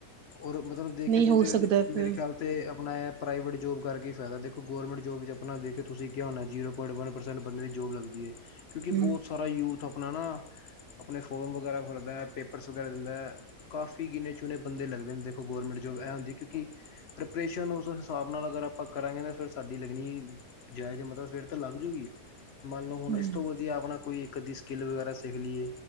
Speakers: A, on the left (about 50°); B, on the right (about 70°).
A: ਔਰ ਮਤਲਬ ਦੇਖਿਆ
B: ਨਹੀਂ
A: ਜਾਏ
B: ਹੋ
A: ਤੇ ਵੈਸੇ
B: ਸਕਦਾ ਫਿਰ
A: ਮੇਰੇ ਖਿਆਲ ਤੇ ਅਪਨਾ ਐ ਪ੍ਰਾਈਵੇਟ ਜੋਬ ਕਰਕੇ ਈ ਫੈਦਾ ਦੇਖੋ ਗੌਰਮੈਂਟ ਜੋਬ ਚ ਅਪਨਾ ਦੇਖਕੇ ਤੁਸੀਂ ਕੇਆ ਹੋਨੈ ਜ਼ੀਰੋ ਪੁਆਇੰਟ ਵਨ ਪਰਸੈਂ <unintelligible> ਬੰਦੇ ਦੀ ਜੋਬ ਲੱਗਦੀ ਏ, ਕਿਉਂਕਿ
B: ਹਮ
A: ਬੋਤ ਸਾਰਾ ਯੂਥ ਅਪਨਾ ਨਾ ਅਪਨੇ ਫੋਰਮ ਵਗੈਰਾ ਭਰਦੈ, ਪੇਪਰਸ ਵਗੈਰਾ ਦਿੰਦੈ, ਕਾਫੀ ਗਿਨੇ ਚੁਨੇ ਬੰਦੇ ਲੱਗਦੇ ਜਿਨ ਦੇਖੋ ਗੌਰਮੈਂਟ ਜੋਬ ਐ ਹੁੰਦੀ ਕਿਉਂਕਿ ਪ੍ਰਿਪਰੇਸ਼ਨ ਉਸ ਹਿਸਾਬ ਨਾਲ ਅਗਰ ਆਪਾਂ ਕਰਾਂਗੇ ਨਾ ਫਿਰ ਸਾਡੀ ਲੱਗਨੀ ਜਾਏਜ ਏ ਮਤਲਬ ਫੇਰ ਤਾ ਲੱਗ ਜੁਗੀ, ਮੰਨ ਲੋ ਹੁਨ
B: ਹਮ
A: ਇਸ ਤੋ ਵਦੀਆ ਆਪਨਾ ਕੋਈ ਇੱਕ ਅੱਧੀ ਸ ਕਿਲ ਵਗੈਰਾ ਸੇਖ ਲੀਏ।